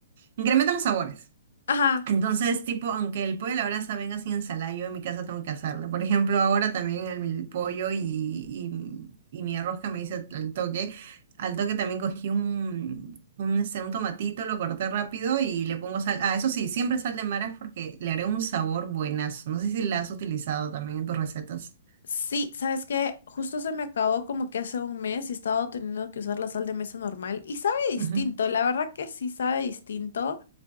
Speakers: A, on the right; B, on the left.
A: incrementa los sabores.
B: ajá.
A: Entonces, tipo, aunque el pollo a la brasa venga sin ensalada, yo en mi casa tengo que hacerlo. Por ejemplo, ahora también el, mi pollo y, y- y mi arroz que me hice al toque. Al toque también cogí un, un, este, un tomatito, lo corté rápido y le pongo sal. Ah, eso sí, siempre sal de maras porque le haré un sabor buenazo. No sé si la has utilizado también en tus recetas.
B: Sí, ¿sabes qué? Justo se me acabó como que hace un mes y he estado teniendo que usar la sal de mesa normal y sabe distinto,
A: Ujú.
B: la verdad que sí sabe distinto.